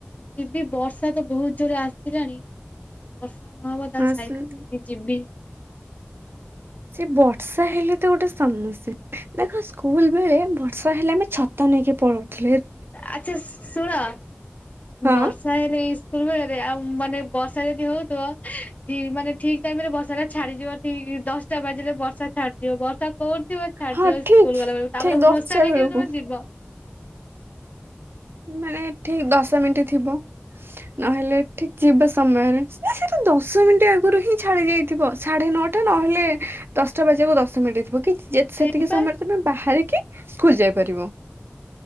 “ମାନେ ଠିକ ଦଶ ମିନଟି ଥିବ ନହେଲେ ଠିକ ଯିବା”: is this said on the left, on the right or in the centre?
Right